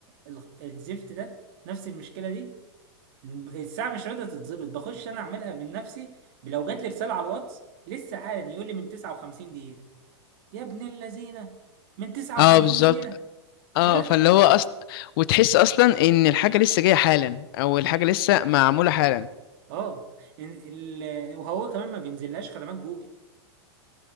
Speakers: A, on the right; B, on the left.
A: ال الزفت ده نفس المشكله دي الساعه مش راضيه تتظبط بخش انا اعملها من نفسي لو جات لي رساله على الواتس لسه حالا يقول لي من 59 دقيقه يا ابن اللذينه من 59
B: اه بالظبط
A: دقيقه
B: اه
A: لا
B: فاللي هو أصل وتحس اصلا ان الحاجه لسه جايه حالا او الحاجه لسه معموله حالا
A: اه إن- ال- وهو كمان ما بينزلهاش خدمات جوجل